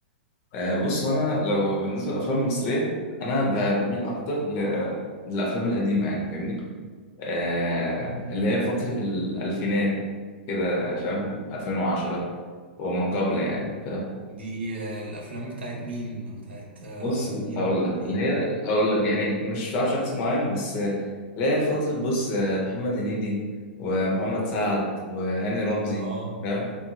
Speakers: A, on the left; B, on the right.
A: آه، بص أنا لو بالنسبة للأفلام المصرية أنا ب- بميل أكتر ل- للأفلام القديمة يعني فاهمني آه،
B: مم.
A: اللي هي فترة الألفينات كده فاهم 2010 وما قبل يعني
B: دي آه، الافلام بتاعت مين بتاعت آه،
A: بص
B: مين
A: اقول لك
B: مين
A: اللي هي اقول لك يعني مش بتاع شخص معين بس اللي هي فتره بص محمد هنيدي ومحمد سعد وهاني رمزي
B: اه
A: فاهم